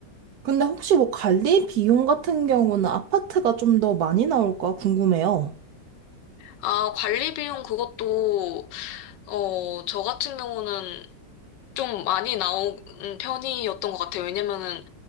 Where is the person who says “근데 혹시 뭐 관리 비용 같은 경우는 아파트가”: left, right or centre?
Right